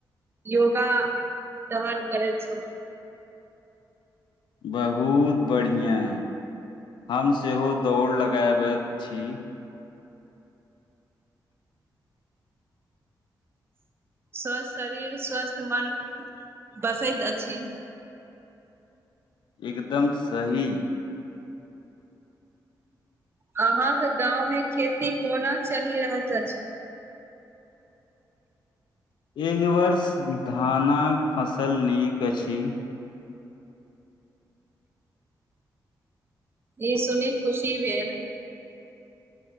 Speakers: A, on the right; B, on the left.
A: योगा टहन करै छो।
B: बहुत बढ़ियाँ हम सेहो दौड़ लगाबैत छी।
A: स्वस्थ शरीर स्वस्थ मन बसैत अछि।
B: एकदम सही।
A: आहाँके गाँंव में खेती कोना चलि रहत अछि।
B: एहि वर्ष धानक फसल नीक अछि।
A: ई सुनी खुशी भेल।